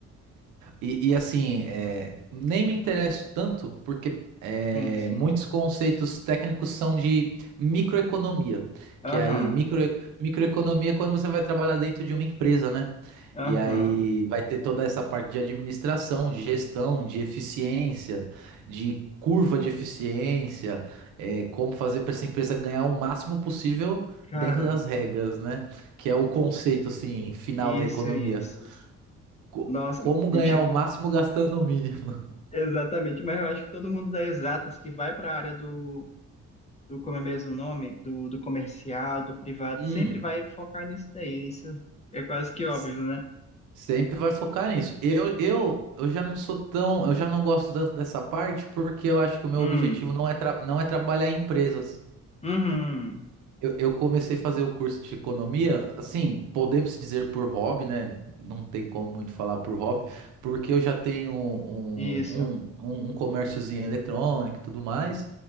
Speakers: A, on the right; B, on the left.
A: E, e assim, é, nem me interesso tanto, porque é,
B: sim, sim.
A: muitos conceitos técnicos são de microeconomia,
B: Aham,
A: que aí micro, microeconomia é quando você vai trabalhar dentro de uma empresa, né? E
B: aham.
A: aí vai ter toda essa parte de administração, de gestão, de eficiência, de curva de eficiência, é, como fazer para essa empresa ganhar o máximo possível
B: Cara,
A: dentro das regras, né? Que é o conceito assim final
B: isso,
A: da economia
B: isso.
A: co-
B: Nossa,
A: como ganhar
B: e tipo,
A: o máximo gastando o mínimo.
B: exatamente, mas eu acho que todo mundo dá exatas que vai para a área do do como é mesmo o nome, do, do comercial, do privado,
A: Hum,
B: sempre vai focar nisso daí. Isso é quase que óbvio,
A: S-
B: né?
A: Sempre vai focar nisso. Eu, eu, eu já não sou tão, eu já não gosto tanto dessa parte porque eu acho que o meu
B: Hum,
A: objetivo não é, tra- não é trabalhar em empresas.
B: uhum,
A: Eu, eu comecei a fazer o curso de economia, assim, podemos dizer por hobby, né? Não tem como muito falar por hobby, porque eu já tenho um,
B: isso,
A: um, um, um comérciozinho eletrônico e tudo mais,